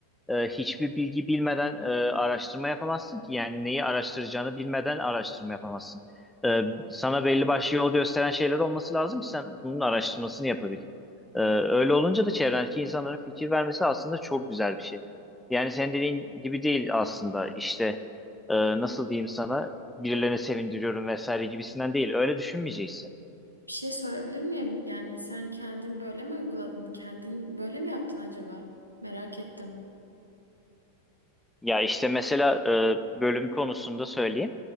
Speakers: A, in the centre; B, on the right.
A: e, hiçbir bilgi bilmeden e, araştırma yapamazsın ki. Yani neyi araştıracağını bilmeden araştırma yapamazsın. Ee, sana belli başlı yol gösteren şeyler olması lazım ki sen bunun araştırmasını yapabil. Ee, öyle olunca da çevrendeki insanların fikir vermesi aslında çok güzel bir şey. Yani senin dediğin gibi değil aslında işte e, nasıl diyeyim sana birilerini sevindiriyorum vesaire gibisinden değil. Öyle düşünmeyeceksin.
B: Bir şey sorabilir miyim? Yani sen kendin böyle mi uyguladın? Kendin böyle mi yaptın acaba? Merak ettim.
A: Ya işte mesela e, bölüm konusunda söyleyeyim.